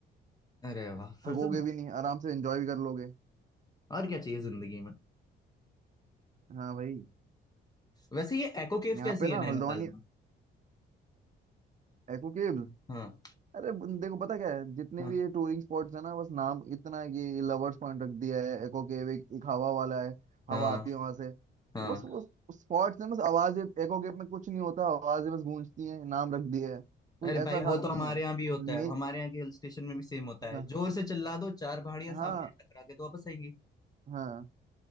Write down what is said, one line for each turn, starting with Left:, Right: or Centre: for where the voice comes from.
Left: अरे वाह फिर
Right: थकोगे
Left: से
Right: भी नहीं आराम से एंजॉय भी कर लोगे
Left: और क्या चाहिए जिंदगी में
Right: हाँ भाई
Left: वैसे ये एको केव
Right: यहाँ
Left: कैसी
Right: पे ना
Left: है नैनीताल
Right: हल्द्वानी
Left: में
Right: एक्वा केव्स
Left: हाँ
Right: अरे बन- देखो पता क्या है जितने
Left: हाँ
Right: भी ये टूरिंग स्पॉट्स है ना बस नाम इतना है कि लवर्स पॉइंट रख दिया है एको केव एक, एक हवा वाला है हवा
Left: हाँ
Right: आती है वहां से तो
Left: हाँ।
Right: बस वो स्पॉट्स है बस आवाज एको केव में कुछ नहीं होता आवाजें बस गूंजती हैं नाम रख दिया है कुछ
Left: अरे भाई
Right: ऐसा
Left: वो
Right: खास
Left: ऐसा तो
Right: नहीं
Left: ऐसा। हमारे
Right: है
Left: यहाँ भी होता है
Right: मेन
Left: हमारे यहाँ के हिल स्टेशन में भी सेम होता है
Right: हाँ
Left: जोर से चिल्ला दो चार पहाड़ियां
Right: हाँ
Left: सामने हैं, टकरा के तो वापस आएंगी
Right: हाँ